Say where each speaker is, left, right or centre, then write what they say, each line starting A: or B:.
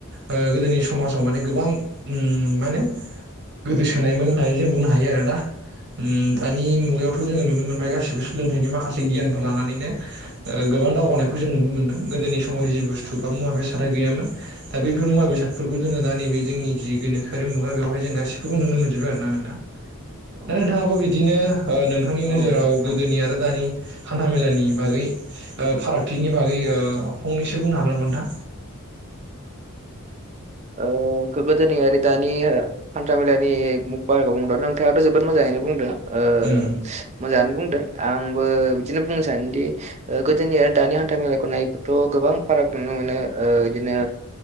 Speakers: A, on the right; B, on the right.
A: ओ गोदोनि समाजाव माने गोबां उम माने, गोदोसोनायमोन होननानै जों बुंनो हायो आरोना उम दानि मुगायाव खौ जोङो नुनो मोनबाय
B: उम
A: गासिबो सोलोंथाइनि माखासे गियान, लानानैनो ओ- गोबां दावगानायखौ जों नुनो मोनदों गोदोनि समाव जि- बुस्थु बा- मुवा बेसाद, सोलोंथाइ दा बैफोर मुवा बेादफोरखौ जोङो दा नैबे जोंनि जि गोनोआरि मुगा बेवहाय जों गासिखौबो नुनो मोनजोबो आरोना नोंथां दा नोंथाङाबो बिदिनो, ओ नोंथांनि नोजोराव
B: औ
A: गोदोनि आरो दानि, हान्था मेलानि बागै ओ फारागथिनि बागै ओ फंनैसो बुंनो हागोन नामा नोंथां?
B: ओ गोदोनि आरो दानि हान्था मेलानि <unintelligible> नोंथाङाथ' जोबोद मोजां आनो बुंदों ओ
A: उम
B: मोजाङानो बुंदों आंबो बिदिनो बुंनो सानोदि ओ गोदोनिया दानि हान्था मेलाायखौ नायोबाथ' गोबां फाराग नुनो मोनो ओ इदिनो